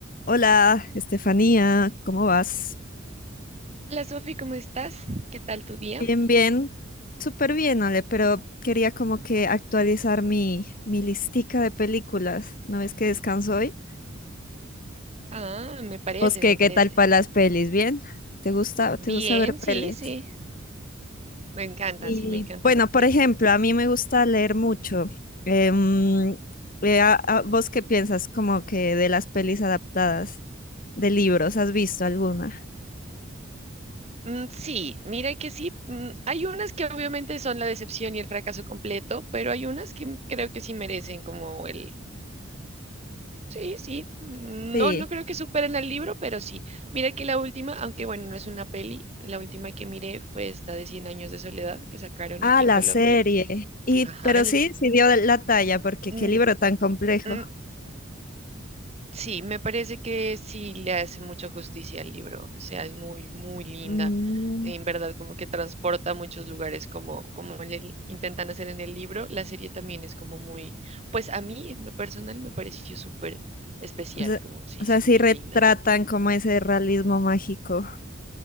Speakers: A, on the left (about 45°); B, on the right (about 30°).
A: Hola, Estefanía, ¿cómo vas?
B: Hola Sofi, ¿cómo estás? ¿Qué tal tu día?
A: Bien, bien, súper bien, Ale, pero quería como que actualizar mi, mi listica de películas. ¿No ves que descanso hoy?
B: Ah, me parece,
A: ¿Vos qué,
B: me
A: qué
B: parece.
A: tal para las pelis? ¿Bien? ¿Te gusta,
B: Bien,
A: te gusta ver pelis?
B: sí, sí. Me encanta,
A: Y
B: sí, me encanta
A: bueno,
B: ver
A: por
B: pelis.
A: ejemplo, a mí me gusta leer mucho. Em, eh, a- a- ¿vos qué piensas como que de las pelis adaptadas de libros? ¿Has visto alguna?
B: Mm, sí, mira que sí. mm, hay unas que obviamente son la decepción y el fracaso completo, pero hay unas que creo que sí merecen como el... Sí, sí. mm,
A: Sí.
B: No, no creo que superen al libro, pero sí. Mira que la última, aunque bueno, no es una peli, la última que miré fue esta de Cien años de soledad que sacaron
A: Ah,
B: aquí en
A: la
B: Colombia.
A: serie. Y,
B: Ajá,
A: pero
B: el-
A: sí, sí dio la talla, porque
B: mm,
A: qué libro tan complejo.
B: mm, Sí, me parece que sí le hace mucha justicia al libro, o sea, es muy, muy linda,
A: Mm,
B: en verdad, como que transporta a muchos lugares como, como le intentan hacer en el libro, la serie también es como muy, pues a mí en lo personal me pareció súper especial,
A: o sea,
B: como sí,
A: o sea,
B: sí, muy
A: sí retratan
B: linda.
A: como ese realismo mágico.